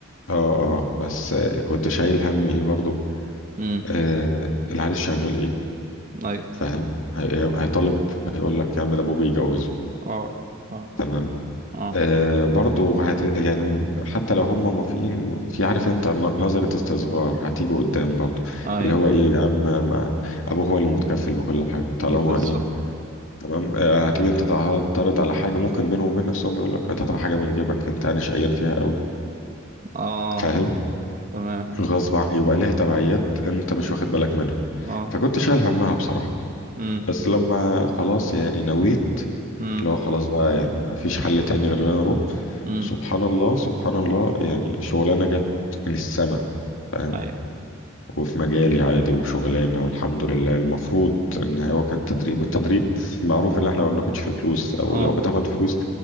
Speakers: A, on the left; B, on the right.
A: اه اه بس آه، كنت شايل هم ايه برضه
B: امم
A: آه العريس شغال ايه
B: اي
A: فاهم هي- هيطالب هيقول لك يا عم ده ابوه بيجوزه
B: اه اه
A: تمام
B: اه
A: آه برضه هت... يعني حتى لو هم موافقين في عارف انت ن- نظرة استصغار هتيجي قدام برضه
B: اي
A: اللي هو
B: اي
A: ايه يا عم ما ابوه هو اللي متكفل بكل حاجة طالما
B: بالظبط
A: ايه تمام آه، هتيجي انت تعترض على حاجه ممكن بينهم وبين نفسهم يقول لك هتطلع حاجه من جيبك انت انا شقيان فيها قوي
B: اه
A: فاهم
B: تمام
A: غصب عن يبقى ليها تبعيات انت مش واخد بالك منها
B: اه
A: فكنت شايل همها بصراحه
B: امم
A: بس لما خلاص يعني نويت
B: امم
A: اللي هو خلاص بقى يعني ما فيش حل تاني غير ان انا اروح
B: امم
A: سبحان الله سبحان الله يعني شغلانه جت من السما فاهم؟
B: اي
A: وفي مجالي عادي وشغلانة والحمد لله المفروض ان هو كان تدريب والتدريب معروف ان احنا ما بناخدش فيه فلوس او
B: اه
A: لو بتاخد فلوس